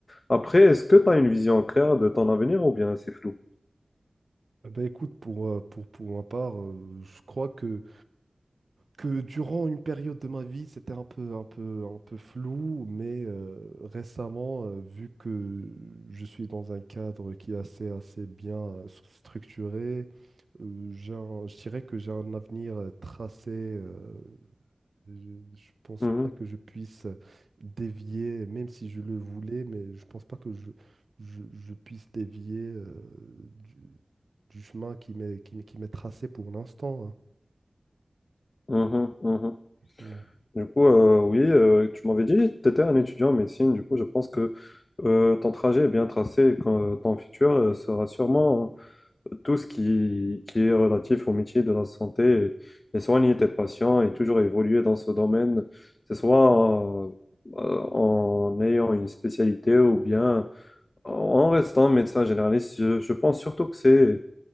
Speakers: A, on the left; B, on the right.
A: Après, est-ce que tu as une vision claire de ton avenir ou bien c'est flou?
B: Eh Ben écoute, pour, euh, pour, pour ma part, euh, je crois que, que durant une période de ma vie, c'était un peu, un peu, un peu flou, mais euh, récemment, euh, vu que je suis dans un cadre qui est assez, assez bien euh, structuré, euh, j'ai un- je dirais que j'ai un avenir euh, tracé euh, Je, je pense
A: Mhm,
B: pas que je puisse euh, dévier, même si je le voulais, mais je pense pas que je, je, je puisse dévier euh, du, du chemin qui m'est qui, m'est qui m'est tracé pour l'instant. hein.
A: mhm, mhm.
B: Mmh.
A: Du coup, euh, oui, euh, tu m'avais dit que tu étais un étudiant en médecine. Du coup, je pense que euh, ton trajet est bien tracé et que euh, ton futur euh, sera sûrement tout ce qui, qui est relatif au métier de la santé et, et soigner tes patients et toujours évoluer dans ce domaine, que ce soit euh, euh, en ayant une spécialité ou bien en restant médecin généraliste. Je, je pense surtout que c'est,